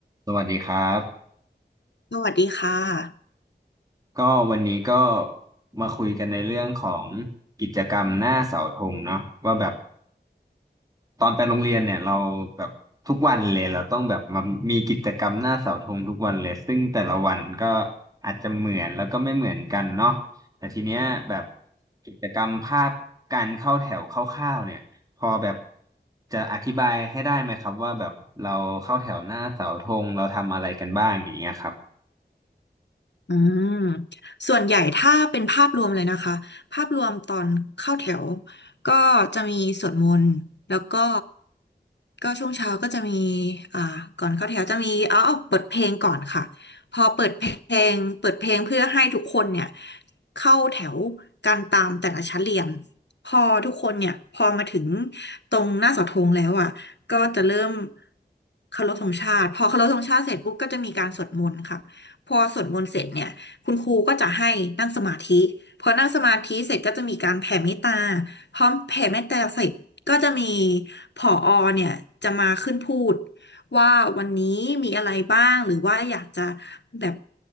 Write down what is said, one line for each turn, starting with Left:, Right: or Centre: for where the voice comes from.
Right: สวัสดีครับ
Left: สวัสดีค่ะ
Right: ก็วันนี้ก็มาคุยกันในเรื่องของกิจกรรมหน้าเสาธงเนาะว่าแบบตอนไปโรงเรียนเนี่ยเราแบบทุกวันเลยเราต้องแบบมามีกิจกรรมหน้าเสาธงทุกวันเลยซึ่งแต่ละวันก็อาจจะเหมือนแล้วก็ไม่เหมือนกันเนาะแต่ทีเนี้ยแบบกิจกรรมภาพการเข้าแถวคร่าวๆเนี่ยพอแบบจะอธิบายให้ได้ไหมครับว่าแบบเราเข้าแถวหน้าเสาธงเราทำอะไรกันบ้างอย่างเงี้ยครับ
Left: อืมส่วนใหญ่ถ้าเป็นภาพรวมเลยนะคะภาพรวมตอนเข้าแถวก็จะมีสวดมนต์แล้วก็ก็ช่วงเช้าก็จะมีอ่าก่อนเข้าแถวจะมีเอาเอาเปิดเพลงก่อนค่ะพอเปิดเพลงเปิดเพลงเพื่อให้ทุกคนเนี่ยเข้าแถวกันตามแต่ละชั้นเรียนพอทุกคนเนี่ยพอมาถึงตรงหน้าเสาธงแล้วอ่ะก็จะเริ่มเคารพธงชาติพอเคารพธงชาติเสร็จปุ๊บก็จะมีการสวดมนต์ค่ะ พอสวดมนต์เสร็จเนี่ยคุณครูก็จะให้นั่งสมาธิพอนั่งสมาธิเสร็จก็จะมีการแผ่เมตตาพร้อมแผ่เมตตาเสร็จก็จะมีผอเนี่ยจะมาขึ้นพูดว่าวันนี้มีอะไรบ้างหรือว่าอยากจะแบบ